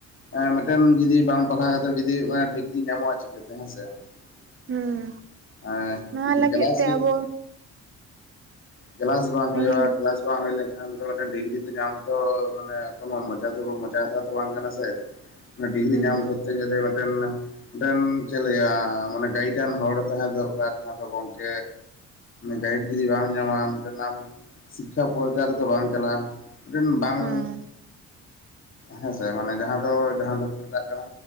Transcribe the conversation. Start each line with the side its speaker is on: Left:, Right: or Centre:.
Left: ᱮᱸ ᱢᱤᱫᱴᱮᱱ ᱡᱩᱫᱤ ᱵᱟᱝ ᱯᱟᱲᱦᱟᱣ ᱠᱟᱛᱮᱫ ᱡᱩᱫᱤ ᱮ ᱰᱤᱜᱽᱨᱤ ᱧᱟᱢᱚᱜᱼᱟ ᱪᱤᱠᱟᱹᱛᱮ ᱦᱮᱸᱥᱮ
Right: ᱦᱩᱸ
Left: ᱾ ᱮᱸ
Right: ᱱᱚᱣᱟ
Left: ᱡᱩᱫᱤ
Right: ᱞᱟᱹᱜᱤᱫ
Left: ᱠᱞᱟᱥ
Right: ᱛᱮ
Left: <unintelligible>
Right: ᱟᱵᱚ
Left: ᱠᱞᱟᱥ ᱵᱟᱝ
Right: ᱦᱩᱸ
Left: ᱦᱳᱭᱳᱜᱼᱟ, ᱠᱞᱟᱥᱼᱼ ᱵᱟᱝ ᱦᱳᱭ ᱞᱮᱝᱠᱷᱟᱱ ᱫᱚ ᱢᱮᱱᱴᱮᱱ ᱰᱤᱜᱽᱨᱤ ᱫᱚ ᱧᱟᱢ ᱛᱚ ᱢᱟᱱᱮ ᱠᱚᱱᱚ ᱢᱚᱪᱟ ᱫᱚ ᱢᱚᱪᱟ ᱠᱟᱛᱷᱟ ᱫᱚ ᱵᱟᱝ ᱠᱟᱱᱟ ᱥᱮ᱾ ᱚᱱᱟ ᱰᱤᱜᱽᱨᱤ
Right: ᱦᱩᱸ
Left: ᱧᱟᱢ ᱠᱚᱛᱛᱮ ᱜᱮᱞᱮ ᱢᱮᱫᱴᱮᱱᱼᱼ ᱢᱤᱴᱮᱱ ᱪᱮᱜ ᱞᱟᱹᱭᱟ ᱢᱟᱱᱮ ᱜᱟᱭᱤᱰᱟᱱ ᱦᱚᱲ ᱛᱟᱦᱮᱸ ᱫᱚᱨᱠᱟᱨ ᱡᱟᱦᱟᱸ ᱫᱚ ᱜᱚᱝᱠᱮᱼᱼ ᱜᱟᱭᱤᱰ ᱡᱩᱫᱤ ᱵᱟᱢ ᱧᱟᱢᱟᱢ ᱢᱮᱫᱴᱮᱱ ᱟᱢ ᱥᱤᱠᱠᱷᱟ ᱯᱚᱨᱡᱟᱭ ᱨᱮᱫᱚ ᱵᱟᱢ ᱪᱟᱞᱟᱜᱼᱟ᱾ ᱢᱤᱫᱴᱮᱱ ᱵᱟᱝ
Right: ᱦᱩᱸ
Left: ᱦᱮᱸᱥᱮ ᱢᱟᱱᱮ ᱡᱟᱦᱟᱸ ᱫᱚ ᱡᱟᱦᱟᱸ ᱫᱚᱠᱚ ᱢᱮᱛᱟᱜ ᱠᱟᱱᱟᱼᱼ